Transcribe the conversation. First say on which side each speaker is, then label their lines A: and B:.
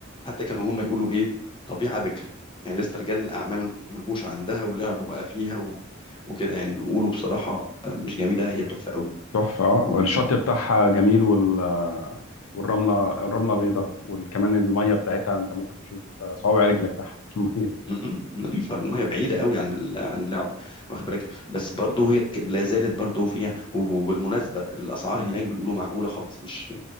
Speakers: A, on the left; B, on the left.
A: حتى كانوا هم يقولوا ايه طبيعه بكر يعني لسه رجال الاعمال ما جوش عندها ولعبوا بقى فيها و... وكده يعني بيقولوا بصراحه مش جميله هي تحفه قوي
B: تحفه اه
A: وبي...
B: والشط بتاعها جميل وال آه، والرمله الرمله بيضاء وكمان الميه بتاعتها انت ممكن تشوف آه، صوابع رجلك تحت الميه
A: م- م- نظيفه الميه بعيده قوي عن ال... عن اللعب واخد بالك بس برضه هي ك- لا زالت برضه فيها وب- وبالمناسبه الاسعار هناك بيقولوا معقوله خالص مش